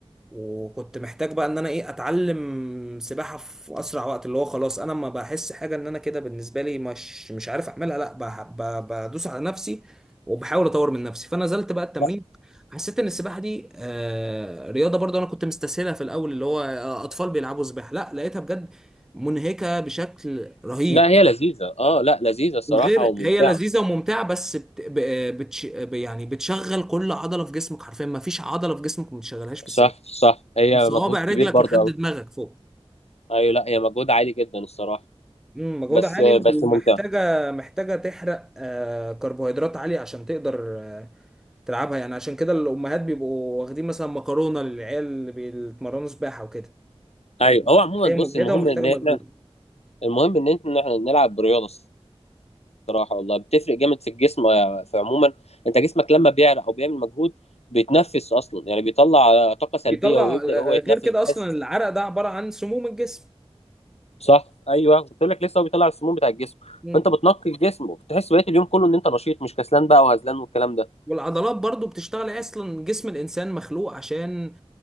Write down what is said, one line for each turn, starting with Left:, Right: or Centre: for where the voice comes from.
Centre: وكنت محتاج بقى ان انا ايه اتعلم سباحه في اسرع وقت اللي هو خلاص انا ما بحس حاجه ان انا كده بالنسبه لي مش مش عارف اعملها لا بح- ب- بدوس على نفسي وبحاول اطور من نفسي فنزلت بقى التمرين
Left: لا
Centre: حسيت ان السباحه دي آه رياضه برضو انا كنت مستسهلها في الاول اللي هو آه، اطفال بيلعبوا سباحه لا لقيتها بجد منهكه بشكل رهيب
Left: لا هي لذيذه اه لا لذيذه الصراحه
Centre: وغير
Left: وممتعه
Centre: هي لذيذه وممتعه بس بت... ب- بتش... يعني بتشغل كل عضله في جسمك حرفيا ما فيش عضله في جسمك ما بتشغلهاش في
Left: صح
Centre: السباحه
Left: صح هي
Centre: من صوابع
Left: مجهود كبير
Centre: رجلك
Left: برضه
Centre: لحد دماغك فوق
Left: ايوه لا هي مجهود عالي جدا الصراحه
Centre: مم، مجهودها
Left: بس
Centre: عالي
Left: بس
Centre: ومحتاجة
Left: ممتع
Centre: محتاجة تحرق آه، كربوهيدرات عالية عشان تقدر آه، تلعبها يعني عشان كده الأمهات بيبقوا واخدين مثلا مكرونة للعيال اللي بيتمرنوا سباحة وكده
Left: ايوه
Centre: فاهم
Left: هو عموما
Centre: هي
Left: بص
Centre: مجهدة
Left: المهم
Centre: ومحتاجة
Left: ان احنا
Centre: مجهود
Left: المهم ان احنا إن إحنا نلعب برياضه الصراحه والله بتفرق جامد في الجسم آه، في عموما انت جسمك لما بيعرق او بيعمل مجهود بيتنفس اصلا يعني بيطلع آه، طاقه سلبيه
Centre: بيطلع
Left: ويبدا
Centre: آه،
Left: هو يتنفس
Centre: غير كده
Left: وتحس
Centre: أصلا العرق ده عبارة عن سموم الجسم
Left: صح ايوه قلت لك لسه هو بيطلع السموم بتاع الجسم
Centre: مم.
Left: فانت بتنقي الجسم وبتحس بقيه اليوم كله ان انت نشيط مش كسلان بقى وهزلان والكلام ده
Centre: والعضلات برضو بتشتغل اصلا جسم الانسان مخلوق عشان